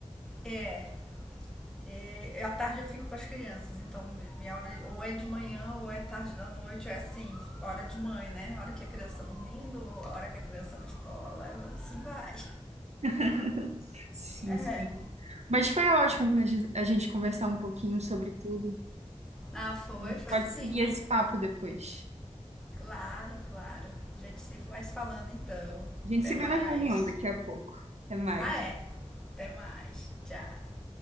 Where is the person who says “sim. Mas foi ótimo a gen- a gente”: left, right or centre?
Right